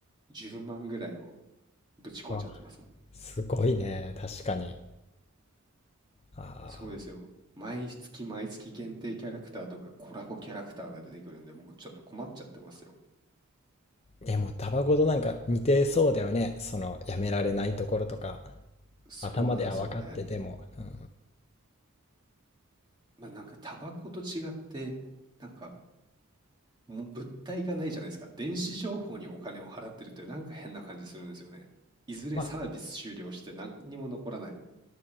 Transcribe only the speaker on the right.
10万ぐらいをぶち込んじゃってますもん
そうですよ毎月毎月限定キャラクターとかコラボキャラクターが出てくるんでもうちょっと困っちゃってますよ
そうなんですよね
まあなんかタバコと違ってなんかもう物体がないじゃないですか。電子情報にお金を払ってるってなんか変な感じするんですよね。いずれサービス終了して何にも残らない。